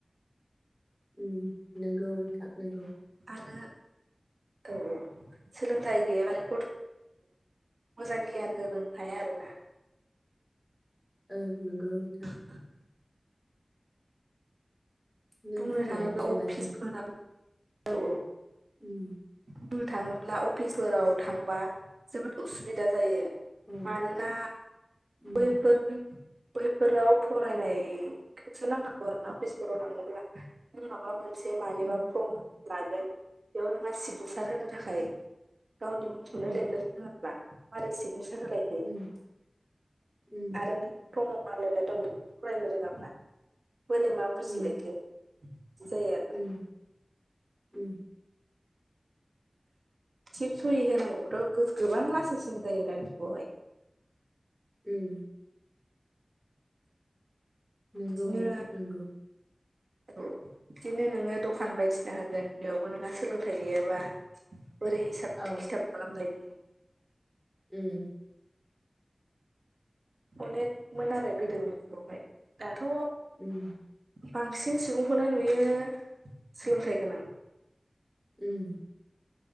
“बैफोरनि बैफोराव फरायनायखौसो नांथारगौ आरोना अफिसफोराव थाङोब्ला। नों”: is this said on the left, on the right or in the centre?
Right